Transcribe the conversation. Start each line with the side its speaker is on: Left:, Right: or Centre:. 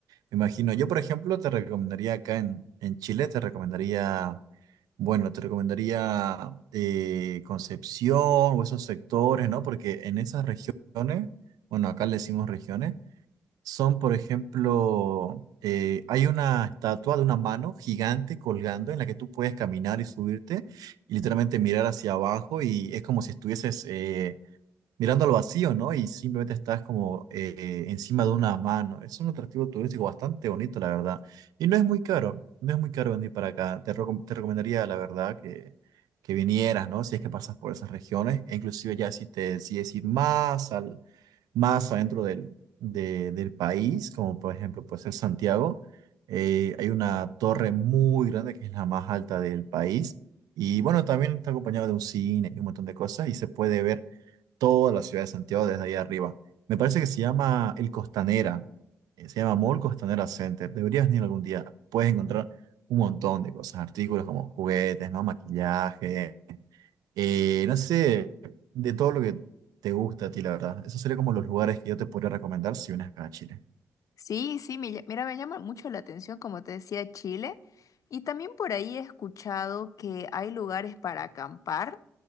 Right: me imagino, yo por ejemplo te recomendaría acá en, en Chile, te recomendaría, bueno, te recomendaría eh, Concepción o esos sectores, ¿no? Porque en esas regiones, bueno, acá le decimos regiones, son, por ejemplo, eh, hay una estatua de una mano gigante colgando en la que tú puedes caminar y subirte y literalmente mirar hacia abajo y es como si estuvieses eh, mirando al vacío, ¿no? Y simplemente estás como eh, encima de una mano. Es un atractivo turístico bastante bonito, la verdad. Y no es muy caro, no es muy caro venir para acá. Te, recom- te recomendaría, la verdad, que, que vinieras, ¿no? Si es que pasas por esas regiones, e inclusive ya si te decides ir más al, más adentro del, de- del país, como por ejemplo puede ser Santiago, eh, hay una torre muy grande que es la más alta del país. Y bueno, también está acompañado de un cine y un montón de cosas y se puede ver toda la ciudad de Santiago desde ahí arriba. Me parece que se llama El Costanera, eh, se llama Mall Costanera Center. Deberías venir algún día. Puedes encontrar un montón de cosas, artículos como juguetes, ¿no? Maquillaje, eh, no sé, de todo lo que te gusta a ti, la verdad. Esos serían como los lugares que yo te podría recomendar si vienes acá a Chile.
Left: Sí, sí, me lla- mira, me llama mucho la atención, como te decía, Chile. Y también por ahí he escuchado que hay lugares para acampar,